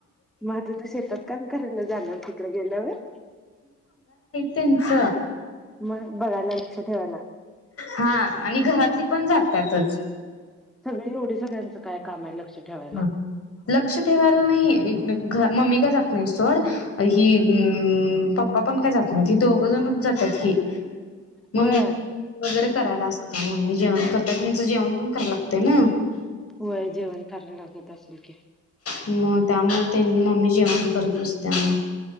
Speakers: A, in the centre; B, on the left (about 50°).
A: मग तुझ शेतात काम करायला जाणार तिकडे गेल्यावर.
B: तेनच
A: मग बघायला लक्ष ठेवायला
B: हा आणि घरातली पण जातातच,
A: सगळे एवढे सगळ्यांचं काय काम आहे लक्ष, ठेवायला
B: ह लक्ष ठेवायला नाही. मम्मी काय जात नाही सोड ही पप्पा पण काय जात नाही ह दोघ जणच जातात. हि
A: होय
B: मम्मी वगैरे करायला असत मम्मी जेवण करता तचं जेवण पण करावला लागत ना.
A: होय जेवण. करायला लागत असेल की
B: म त्यामुळे, मम्मी जेवण करत बसत्या मग,